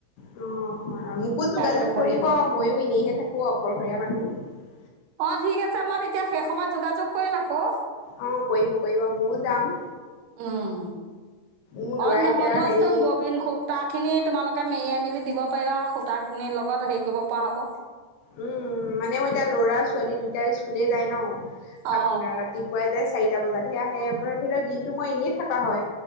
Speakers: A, on the left; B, on the right.
A: অ হয় মোকো
B: সিহঁতে
A: যোগাযোগ
B: দেখুৱাই
A: কৰিব মইও এনেইহে থাকো অকলশৰীয়া মানুহ।
B: অ ঠিক আছে মই তেতিয়া শেই সময়ত যোগাযোগ কৰিম আকৌ।
A: অ কৰিব কৰিব মইও‌ যাম।
B: উম।
A: মোৰ ল'ৰা
B: অ নহলেও
A: এতিয়া হেৰি
B: চুন ববিন খুতা। খিনি তোমালোকে মেৰিয়াই মেলি দিব পাৰিবা সুতা খিনিৰ লগত হেৰি কৰিব পৰা হ'ব।
A: উম মানে মই এতিয়া ল'ৰা, ছোৱালী দুইটাই স্কুলে যায় নহ।
B: অ
A: আপোনাৰ ৰাতিপুৱাই যাই চাৰিটা বজাতহে আহে আপোনাৰ ধৰি লওক দিনটো মই এনেই থাকা হয়